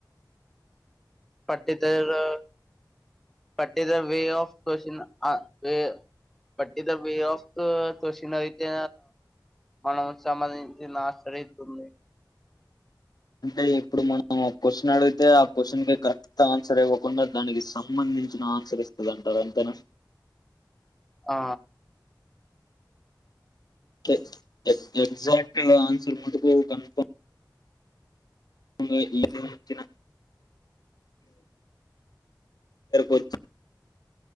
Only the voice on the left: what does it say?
అంటే ఇప్పుడు మనం ఒక క్వశ్చన్ అడిగితే ఆ క్వశ్చన్కి కరెక్ట్ ఆన్సర్ ఇవ్వకుండా దానికి సంబంధించ చ ఆన్సర్ ఇస్తుందింటారు అంతేనా
ఎ ఎక్జాక్ట్ ఆన్సర్ ముటుకు కన్ఫమ్ వచ్చినరుక వచ్చ